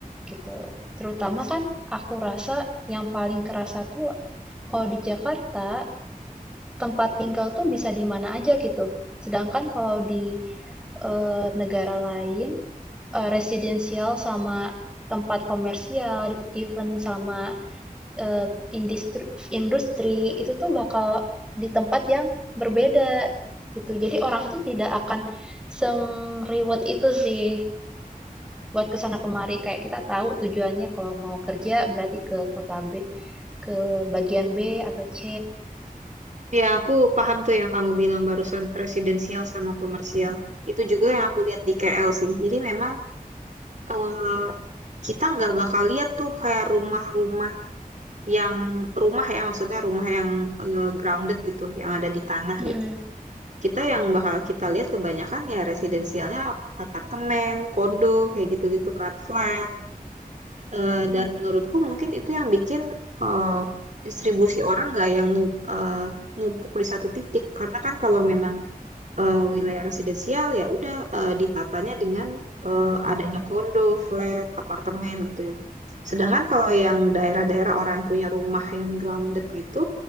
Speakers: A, in the centre; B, on the right (about 55°).
A: gitu. Terutama kan aku rasa yang paling kerasa tuh kalau di Jakarta tempat tinggal tuh bisa di mana aja gitu. Sedangkan kalau di eh, negara lain eh, residensial sama tempat komersial, even sama eee, indistru industri, itu tuh bakal di tempat yang berbeda, gitu. Jadi orang tuh tidak akan se-reward itu sih buat kesana kemari. Kayak kita tahu tujuannya kalau mau kerja berarti ke kota B, ke bagian B atau C.
B: Ya, aku paham tuh yang kamu bilang barusan presidensial sama komersial. Itu juga yang aku lihat di KL sih. Jadi memang eh, kita nggak bakal lihat tuh kayak rumah-rumah yang rumah ya maksudnya rumah yang eh, grounded gitu, yang ada di tanah
A: Mhm.
B: gitu. Kita yang bakal kita lihat kebanyakan ya residensialnya apartemen, kondo kayak gitu-gitu kan, flat. Eh,
A: Mmm.
B: dan menurutku mungkin itu yang bikin eh, distribusi orang nggak yang nu- eh, numpuk di satu titik karena kan kalau memang eh, wilayah residensial ya udah eh, ditatanya dengan eh, adanya kondo, flat, apartemen gitu ya. Sedangkan kalau yang daerah-daerah orang yang punya rumah yang grounded gitu,